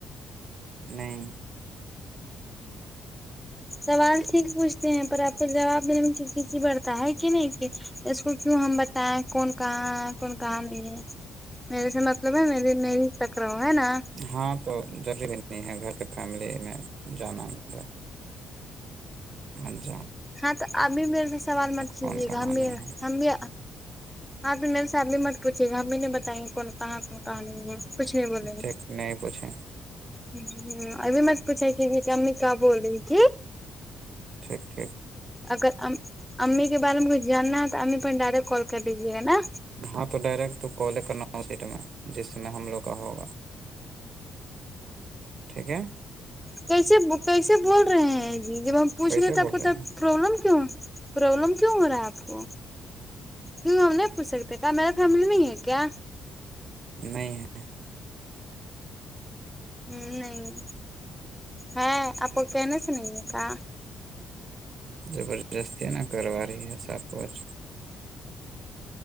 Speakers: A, on the right; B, in the centre.
A: نہیں
B: سوال ٹھیک پوچھتے ہیں پر آپ کو جواب دینے میں کسی بڑھتا ہے کہ نہیں کہ اس کو کیوں ہم بتائیں کون کہاں ہے کون کہاں نہیں ہے میرے سے مطلب ہے م می ہی سک رہا ہوں ہے نا
A: ہاں تو ضروری بھی نہیں ہے گھر کے فیملی میں جانا اندر مھا <unintelligible>
B: ہاں تو ابھی میرے سے سوال مت کیجیے
A: کون کہاں
B: گا ہم بھی
A: نہیں ہے
B: ہم بھی ہاں تو میم صاحب بھی مت پوچھے گا ہم بھی نہیں بتائیے کون کہاں کون کہاں نہیں ہے کچھ نہیں بولیں
A: ٹھیک
B: گے
A: نہیں پوچھیں
B: ہ ہ ابھی م سے پوچھے کی کہ امی کہ بول رہی ت
A: ٹھیک ٹھیک
B: اگر امی کے بارے میں کچھ جاننا ہے تو امی پ ڈائریکٹ کال کر لیجیے گا نا
A: ہاں تو ڈائریکٹ تو کالے کرنا اس سیٹ میں جس میں ہم لوگ کا ہوگا ٹھیک ہے
B: کیسے کیسے بول رہے ہیں جی جب ہم پوچھ
A: کیسے
B: لیےتے آب
A: بول
B: کوتا
A: رہے
B: پروابلم کیوں ہو پرابلم کیوں ہو رہا ہے آپ کو کیوں ہم نہیں پوچھکتے کیا میرا فیملی نہیں ہے کیا
A: نہیں ہے
B: ہ نہیں ہے آپ کو کہنے سے نہیں ہے کہ
A: زبر جستی نہ کر رہی ہے سب کچھ